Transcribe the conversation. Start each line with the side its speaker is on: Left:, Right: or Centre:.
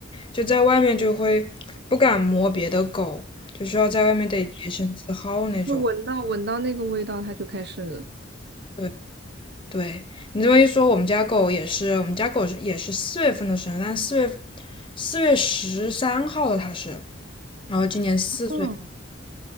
Left: 就在外面就会不敢摸别的狗，就需要在外面得洁身自好那种。
Right: 就闻到闻到那个味道，他就开始。
Left: 对对，你这么一说，我们家狗也是，我们家狗是也是四月份的生日，但四月四月十三号的它是，然后今年四岁。
Right: 嗯，